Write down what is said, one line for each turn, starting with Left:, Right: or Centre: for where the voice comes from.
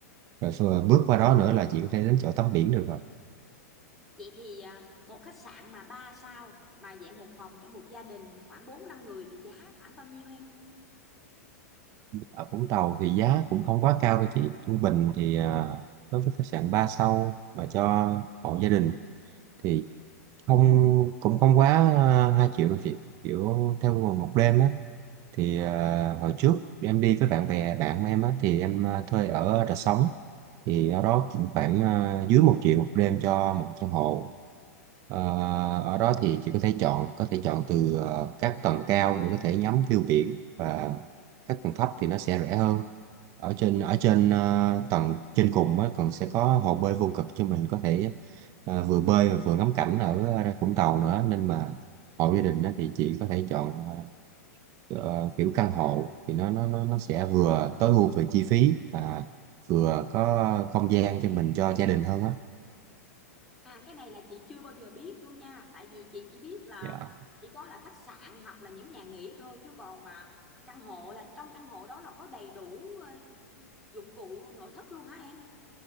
Right: rồi phờ- bước qua đó nữa là chị có thể đến chỗ tắm biển được rồi
Centre: Vậy thì à, một khách sạn mà 3 sao mà dạng một phòng cho một gia đình khoảng 4 5 người thì giá khoảng bao nhiêu em?
Right: ở Vũng Tàu thì giá cũng không quá cao đâu chị trung bình thì ờ, đối với khách sạn 3 sao mà cho hộ gia đình thì không cũng không quá uh, 2 triệu đâu chị kiểu theo một đêm á thì à, hồi trước em đi với bạn bè bạn em á thì em à, thuê ở Rà Sống thì ở đó cũng khoảng à, dưới một triệu một đêm cho một căn hộ Ờ, ở đó thì chị có thể chọn có thể chọn từ ờ, các tầng cao để có thể ngắm view biển và các tầng thấp thì nó sẽ rẻ hơn ở trên ở trên ờ, tầng trên cùng á còn sẽ có hồ bơi vô cực cho mình có thể ờ, vừa bơi và vừa ngắm cảnh ở ờ, Vũng Tàu nữa nên mà hộ gia đình á, thì chị có thể chọn à, ờ, kiểu căn hộ thì nó nó nó nó sẽ vừa tối ưu về chi phí và vừa có không gian cho mình cho gia đình hơn á
Centre: À cái này là chị chưa bao giờ biết luôn nha Tại vì chị chỉ biết Ừ. là
Right: Dạ.
Centre: chỉ có là khách sạn hoặc là những nhà nghỉ thôi Chứ còn mà căn hộ là trong căn hộ đó là có đầy đủ ờ, dụng cụ nội thất luôn hả em